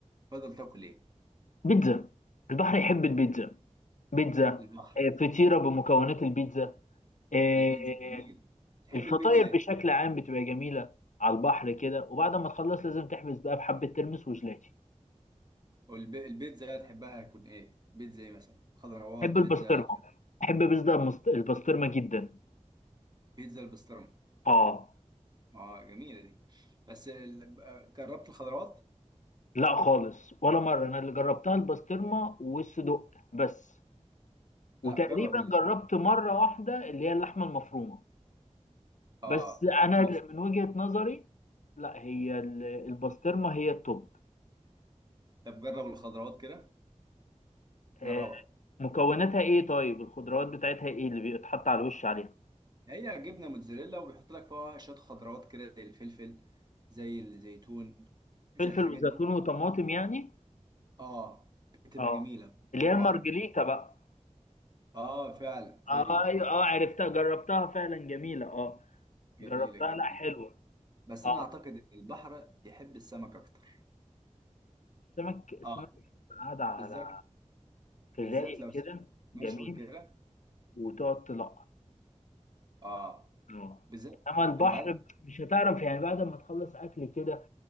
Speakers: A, on the right; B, on the left.
A: تفضل تاكل إيه؟
B: بيتزا البحر يحب البيتزا بيتزا
A: البحر
B: آه، فطيرة بمكونات البيتزا آه،
A: البيتزا جميل تحب
B: الفطاير
A: البيتزا إيه؟
B: بشكل عام بتبقى جميلة على البحر كده وبعد ما تخلص لازم تحبس بقى بحبة ترمس وجلاتي
A: أو الب- البيتزا تحبها هتكون إيه؟ بيتزا إيه مثلا؟ خضروات
B: بحب
A: بيتزا
B: البسطرمة بحب بيتزا المست- البسطرمة جدا
A: بيتزا البسطرمة
B: اه
A: آه جميلة دي بس ال... جربت الخضروات؟
B: لا خالص ولا مرة أنا اللي جربتها البسطرمة والصدق بس وتقريبا
A: لا جرب
B: جربت مرة واحدة اللي هي اللحمة المفرومة
A: اه
B: بس أنا
A: بس
B: من وجهة نظري لا هي ال- البسطرمة هي التوب
A: طب جرب الخضروات كده
B: آه،
A: جربها
B: مكوناتها إيه طيب الخضروات بتاعتها إيه اللي بيتحط على الوش عليها
A: هي جبنه موتزاريلا وبيحط لك فيها شويه خضروات كده زي الفلفل زي الزيتون زي
B: فلفل
A: الحاجات
B: وزيتون
A: دي
B: وطماطم يعني
A: اه بتبقى
B: اه
A: جميله
B: اللي
A: روعه
B: هي المارجريتا بقى
A: اه فعلا هي
B: آه،
A: دي
B: ايوه اه عرفتها جربتها فعلا جميلة اه
A: جميله
B: جربتها
A: جدا
B: لا حلوة
A: بس
B: اه
A: انا اعتقد ان البحر يحب السمك اكتر
B: السمك السمك
A: اه
B: بتبقى قاعدة على
A: بالذات
B: في
A: بالذات
B: الرايق
A: لو سمك
B: كده جميل
A: مشوي كده
B: وتقعد تلقط
A: اه
B: اه
A: بالذات
B: انما البحر
A: انت عارف
B: مش هتعرف يعني بعد ما تخلص اكل كده